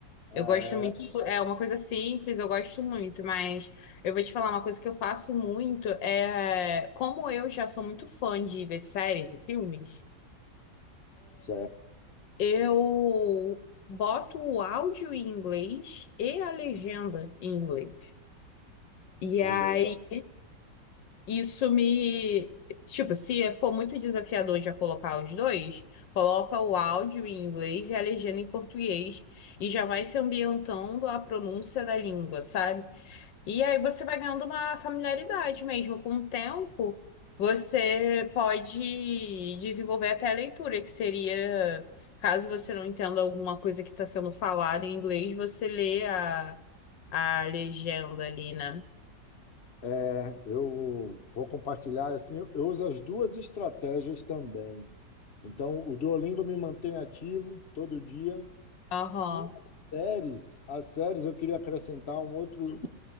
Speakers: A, on the left; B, on the left.
A: é,
B: Eu gosto muito, é uma coisa simples, eu gosto muito, mas eu vou te falar uma coisa que eu faço muito, é, como eu já sou muito fã de ver séries e filmes,
A: certo,
B: eu boto o áudio em inglês e a legenda em inglês. E
A: também.
B: aí Isso me. Tipo, se for muito desafiador já colocar os dois, coloca o áudio em inglês e a legenda em português e já vai se ambientando a pronúncia da língua, sabe? E aí você vai ganhando uma familiaridade mesmo. Com o tempo, você pode desenvolver até a leitura, que seria, caso você não entenda alguma coisa que está sendo falada em inglês, você lê a, a legenda ali, né?
A: É, eu vou compartilhar assim, eu eu uso as duas estratégias também. Então, o Duolingo me mantém ativo todo dia
B: Aham,
A: e as séries, as séries eu queria acrescentar um outro,